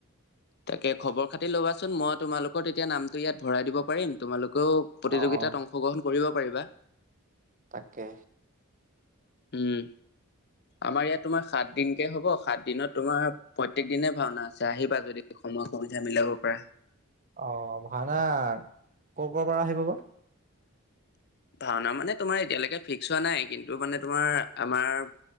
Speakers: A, on the left; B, on the right.
A: তাকে খবৰ খাতি ল'বাচোন মই তোমালোকৰ তেতিয়া নামটো ইয়াত ভৰাই দিব পাৰিম। তোমালোকেও প্ৰতিযোগিতাত
B: অ অ
A: অংশগ্ৰহণ কৰিব পাৰিবা।
B: তাকে।
A: উম, আমাৰ ইয়াত তোমাৰ সাত দিনকে হ'ব, সাত দিনত তোমাৰ প্ৰত্যেক দিনে ভাওনা আছে, আহিবা যদি সময় সুবিধা মিলাব পাৰা।
B: অ' ভাওনা, কৰ কৰ পৰা আহিব বা?
A: ভাওনা মানে তোমাৰ এতিয়ালেকে ফিক্স হোৱা নাই, কিন্তু মানে তোমাৰ আমাৰ